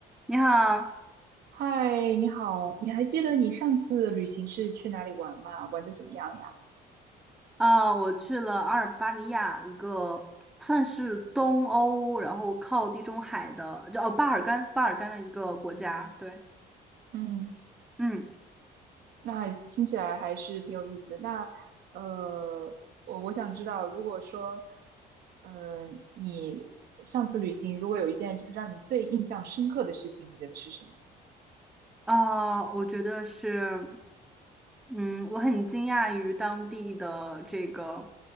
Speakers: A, in the centre; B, on the right.
A: 你好，
B: 嗨，你好，你还记得你上次旅行是去哪里玩吗？玩的怎么样呀？
A: 呃，我去了阿尔巴尼亚一个算是东欧，然后靠地中海的，叫哦巴尔干巴尔干的一个国家。对，
B: 嗯，
A: 嗯，
B: 那听起来还是挺有意思的。那呃，我我想知道，如果说呃你上次旅行，如果有一件就是让你最印象深刻的事情，你觉得是什么
A: 啊，我觉得是，嗯，我很惊讶于当地的这个